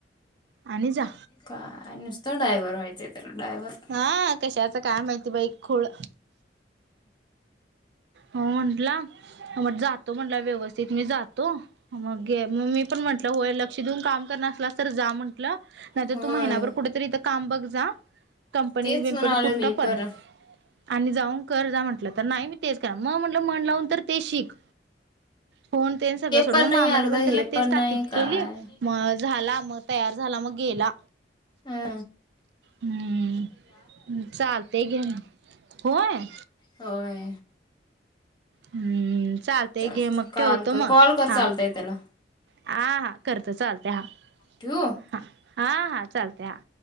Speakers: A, on the right; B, on the left.
A: आणि जा.
B: काय नुसतं डायव्हवर व्हायचं त्याला डायव्हर.
A: हा कशाचं काय माहिती बाई खुळ हो म्हणटला. मग जातो म्हट व्यवस्थित मी जातो मग मग मी पण म्हटलं होय ल श देऊन काम करणार असला तर जा म्हटलं नाहीतर
B: होय
A: तू महिनाभर कुठेतरी इथ काम बघ जा. कंपनी
B: तेच
A: बीपणी
B: म्हणालोय
A: कुठ्ट
B: मी
A: पण.
B: पर
A: आणि जाऊन कर जा म्हटलं तर नाही मी तेच करा मग म्हटलं मण लावून तर ते शिक फोन ते सगळं सोड
B: पण
A: मग
B: नाही
A: मामानी
B: अर्ध
A: पण
B: हे
A: त्याला तेच ताकीद
B: नाही काय
A: केली. मग झाला मग तयार झाला मग गेला.
B: हा.
A: हम्म चालतेय घे ना होय.
B: होय.
A: हम्म चालतय
B: चालतंय
A: घे मग
B: काल
A: ठेवतो
B: कर
A: मग
B: कॉल कर
A: हा.
B: चालतंय त्याला
A: हा हा करतो चालते हा
B: ठेवू
A: हा हा चालतय हा.